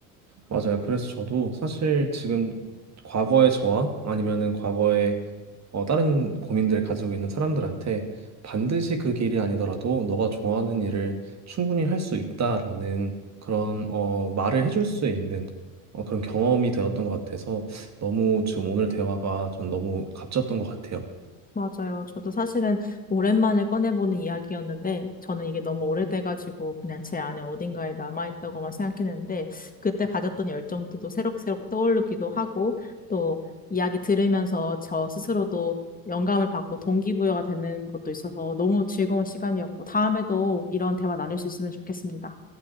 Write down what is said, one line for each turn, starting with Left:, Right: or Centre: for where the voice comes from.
Right: 맞아요. 그래서 저도 사실 지금 과거의 저와 아니면은 과거의 어, 다른 고민들 가지고 있는 사람들한테 반드시 그 길이 아니더라도 너가 좋아하는 일을 충분히 할 수 있다라는 그런 어, 말을 해줄 수 있는 어, 그런 경험이 되었던 것 같아서 너무 지금 오늘 대화가 좀 너무 값졌던 것 같아요.
Left: 맞아요. 저도 사실은 오랜만에 꺼내보는 이야기였는데, 저는 이게 너무 오래돼가지고 그냥 제 안에 어딘가에 남아있다고만 생각했는데, 그때 가졌던 열정도 또 새록새록 떠오르기도 하고, 또 이야기 들으면서 저 스스로도 영감을 받고 동기부여가 되는 것도 있어서 너무 즐거운 시간이었고, 다음에도 이런 대화 나눌 수 있으면 좋겠습니다.